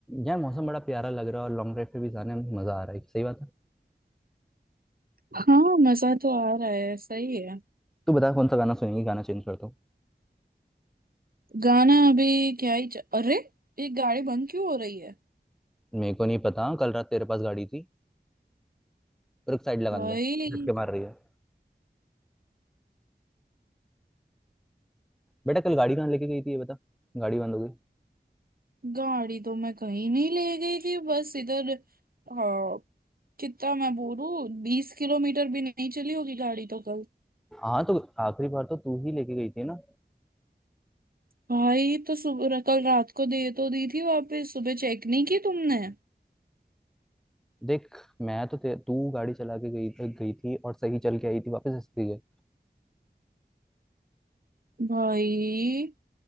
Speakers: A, in the centre; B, on the right.
A: यार मौसम बड़ा प्यारा लग रहा है और लॉन्ग ड्राइव पे भी जाने में मजा आ रहा है सही बात है
B: हाँ मजा तो आ रहा है सही है
A: तू बता कौन सा गाना सुनेगी गाना चेंज कर दो
B: गाना अभी क्या ही च... अरे ये गाड़ी बंद क्यों हो रही है
A: मेरे को नहीं पता कल रात तेरे पास गाड़ी थी पर एक साइड लगा
B: भाई
A: दे झटके मार रही है बेटा कल गाड़ी कहाँ लेके गई थी ये बता गाड़ी बंद हो गई
B: गाड़ी तो मैं कहीं नहीं ले गई थी बस इधर हाँ कितना मैं बोलूं बीस किलोमीटर भी नहीं चली होगी गाड़ी तो कल
A: हाँ तो आखिरी बार तो तू ही लेके गई थी ना
B: भाई तो सुबह कल रात को दे तो दी थी वापस सुबह चेक नहीं की तुमने
A: देख मैं तो ते- तू गाड़ी चला के गई गई थी और सही चल के आई थी वापस हंसती है
B: भाई